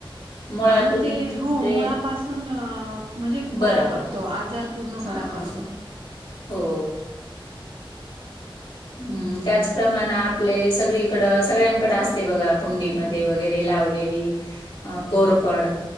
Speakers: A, on the left; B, on the right.
A: मुळातून
B: आणि ते हो
A: ते
B: मुळापासून -म्हणजे
A: बरं
B: बरा
A: होतं
B: करतो आजार पूर्ण
A: हा
B: बरा करतो.
A: हो हमम त्याचप्रमाण आपले सगळीकड सगळ्यांकडे असते बघा कुंडीमध्ये वगैरे लावलेली अ कोरफड